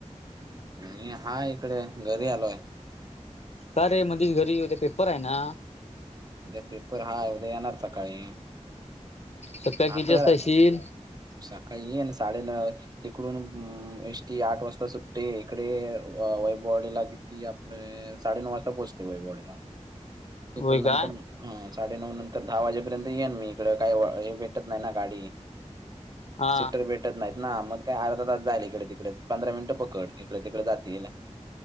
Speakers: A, on the right; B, on the left.
A: मी हाय इकड घरी आलोय.
B: का रे मधी घरीे उद्या पेपराय ना?
A: उद्या पेपर हाय उद्या येणार सकाळी
B: सकाळी किती
A: आता
B: वाजता
A: जरा
B: येशील
A: सकाळीे येन साडे न तिकडून म एष्टी आठ वाजता सुट्टते इकडे वैभववाडी ला ती आपले साडेनऊ वाजता पोहचते वैभववाडीला तिथून
B: होय
A: नंतर
B: काय
A: साडे नऊ नंतर दहा वाजेपर्यंत येईन मी इकड काही हे भेटत नाही ना गाडी
B: हा
A: सिटर भेट टत नाहीत ना म काय अर्धा तास जाईल इकडे तिकडे पंधरा मिनिट पकड इकडे तिकडे जातील.